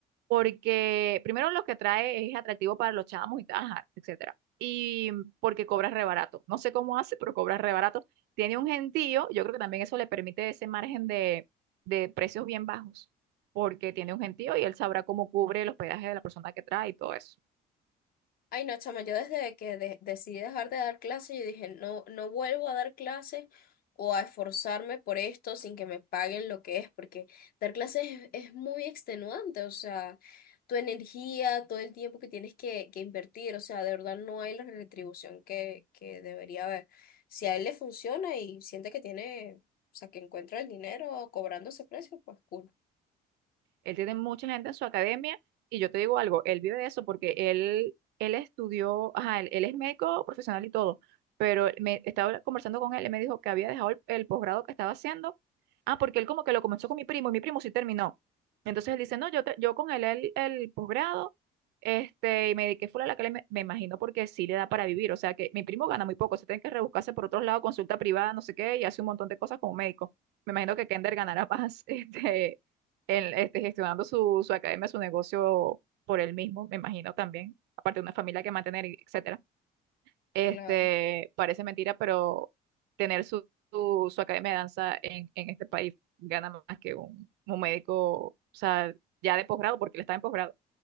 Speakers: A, on the right (about 80°); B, on the left (about 60°).
A: porque primero lo que trae es atractivo para los chamos y tal, ajá, etcétera. Y porque cobra re barato. No sé cómo hace, pero cobra re barato. Tiene un gentío, yo creo que también eso le permite ese margen de, de precios bien bajos, porque tiene un gentío y él sabrá cómo cubre el hospedaje de la persona que trae y todo eso.
B: Ay, no, chama, yo desde que de- decidí dejar de dar clases, yo dije, no, no vuelvo a dar clases o a esforzarme por esto sin que me paguen lo que es, porque dar clases es, es muy extenuante, o sea, tu energía, todo el tiempo que tienes que, que invertir, o sea, de verdad no hay la retribución que, que debería haber. Si a él le funciona y siente que tiene, o sea, que encuentra el dinero cobrando ese precio, pues cool.
A: Él tiene mucha gente en su academia y yo te digo algo, él vive de eso porque él, él estudió, ajá, él, él es médico profesional y todo, pero me estaba conversando con él y me dijo que había dejado el, el posgrado que estaba haciendo. Ah, porque él como que lo comenzó con mi primo y mi primo sí terminó. Entonces él dice, no, yo, te- yo con él el, el posgrado, este, y me dediqué full a la que me, me imagino porque sí le da para vivir. O sea que mi primo gana muy poco, se tiene que rebuscarse por otros lados, consulta privada, no sé qué, y hace un montón de cosas como médico. Me imagino que Kender ganará más, <laughs> este, él, este, gestionando su, su academia, su negocio por él mismo, me imagino también, aparte de una familia que mantener, y etcétera. Este,
B: Claro,
A: parece mentira, pero tener su, su, su academia de danza en, en este país gana más que un, un médico, o sea, ya de posgrado, porque él está en posgrado.